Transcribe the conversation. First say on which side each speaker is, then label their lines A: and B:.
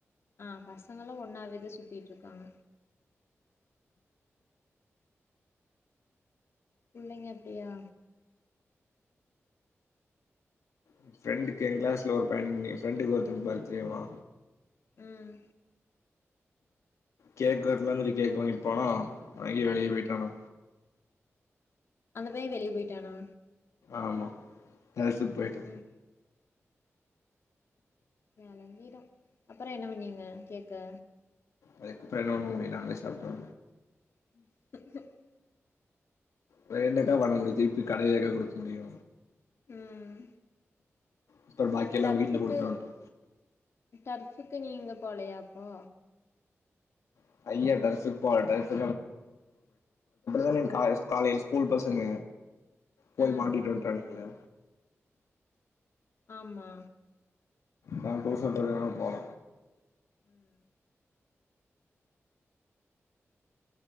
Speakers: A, on the left; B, on the left.
A: அ பசங்கெல்லா ஒன்னாவேதா சுத்திட்டு இருக்காங்க புள்ளிங்க அப்டியா
B: ஏ ஃப்ரெண்டுக்கு ஏ கிளாஸ்ல ஒரு பையனுக்கு ஏ ஃப்ரெண்டுக்கு ஒருத்தருக்கு ப பா்த்டேவா
A: ம்
B: கேக் வெட்டலானு கேக் வாங்கிட்டு போனோ அவ எங்கயோ வெளிய போய்ட்டானாமா
A: அந்த பைய வெளிய போய்ட்டானா
B: ஆமா கிளாசுக்கு போயிட்ட
A: ம் வெளங்கிரு அப்றோ என்ன பண்ணீங்க கேக்க
B: அதுக்கப்றோ என்ன பண்ண முடியு நாங்களே சாப்ட்டே
A: <unintelligible>
B: வேற என்னக்கா பண்ண முடியு தூக்கீட்டு போய் கடையிலயா குடுக்க முடியு
A: ம்
B: அப்புறோ பாக்கி எல்லா
A: பர்ஸ்சுக்கு
B: வீட்ல குடுத்துருவன்ட்டோ
A: பர்ஸ்சுக்கு நீங்க போலையாக்கு
B: <unintelligible> அதுக்கப்றோ தானே காலைல ஸ்கூல் பசங்க போய்
A: ஆ
B: மாட்டிட்டு வன்ட்டானுங்கள
A: ஆமா
B: நா புதுசுன்றதால போல
A: ம்